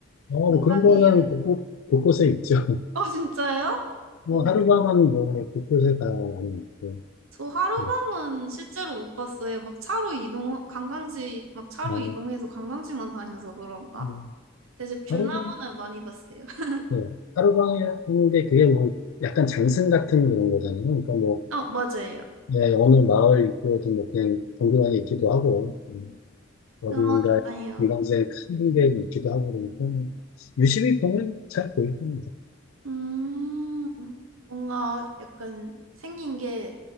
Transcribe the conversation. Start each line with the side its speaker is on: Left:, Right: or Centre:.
Left: 어, 뭐 그런
Right: 사람이에요.
Left: 거는 곳곳, 곳곳에 있죠.
Right: 어 진짜요?
Left: <laughs> 뭐
Right: 오,
Left: 하룻밤은 뭐 곳곳에 다 많이 있고
Right: 저 하루방은
Left: 예.
Right: 실제로 못 봤어요. 막 차로 이동 관광지 막 차로
Left: 어,
Right: 이동해서 관광지만 다녀서 그런가?
Left: 음,
Right: 대신 귤나무는
Left: 하루,
Right: 많이 봤어요. <laughs>
Left: 예. 하룻밤에 하는 게 그게 뭐 약간 장승 같은 그런 거잖아요. 그러니까 뭐
Right: 어 맞아요.
Left: 예, 어느 마을 입구에도 뭐 그냥 덩그러니 있기도 하고 음, 어딘가에
Right: 그러니까요.
Left: 관광지에 큰 게 있기도 하고 그러니까 뭐 유심히 보면 잘 보일 겁니다.
Right: 음 뭔가 약간 생긴 게